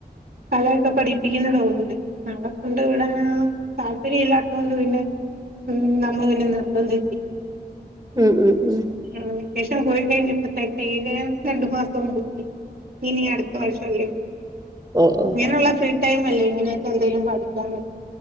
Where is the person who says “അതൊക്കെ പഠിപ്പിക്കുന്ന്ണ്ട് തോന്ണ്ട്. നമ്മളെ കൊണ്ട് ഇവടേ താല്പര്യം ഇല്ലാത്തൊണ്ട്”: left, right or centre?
Right